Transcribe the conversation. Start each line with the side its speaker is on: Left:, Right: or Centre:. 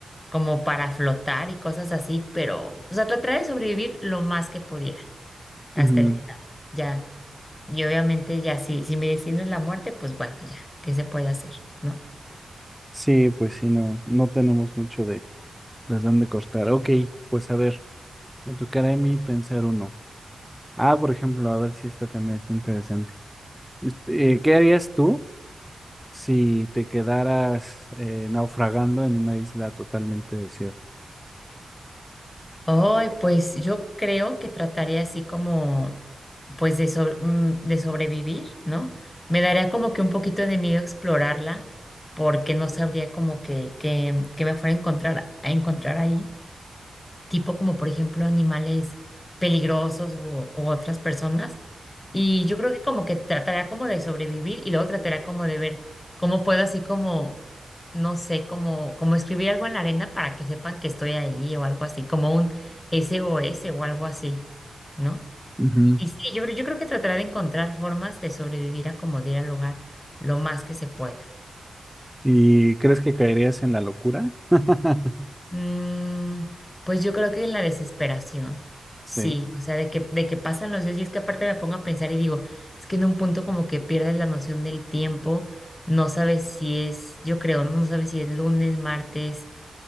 Left: como para flotar y cosas así, pero o sea, trataría de sobrevivir lo más que pudiera. hasta
Centre: Ujú.
Left: el final. Ya, y obviamente ya, si, si mi destino es la muerte, pues bueno, ya, ¿qué se puede hacer? ¿No?
Centre: Sí, pues sí, no, no tenemos mucho de, de dónde cortar. Ok, pues a ver, me tocará a mí pensar uno. Ah, por ejemplo, a ver si esta también está interesante. Este, eh, ¿qué harías tú si te quedaras eh, naufragando en una isla totalmente desierta?
Left: Ay, pues yo creo que trataré así como, pues de, sobre- mm, de sobrevivir, ¿no? Me daría como que un poquito de miedo explorarla, porque no sabría como que, que, que me fuera a encontrar, a encontrar ahí. tipo como por ejemplo animales peligrosos u, u otras personas. Y yo creo que como que tratará como de sobrevivir y luego tratará como de ver cómo puedo así como, no sé, como, como escribir algo en la arena para que sepan que estoy ahí o algo así, como un SOS o S o algo así, ¿no?
Centre: Ujú.
Left: Y sí, yo, creo- yo creo que tratará de encontrar formas de sobrevivir a como de ir al hogar lo más que se pueda.
Centre: ¿Y crees que caerías en la locura? <laughs>
Left: Mm, pues yo creo que en la desesperación,
Centre: Sí.
Left: sí, o sea, de que, de que pasan los días y es que aparte me pongo a pensar y digo, es que en un punto como que pierdes la noción del tiempo, no sabes si es, yo creo, no, No sabes si es lunes, martes,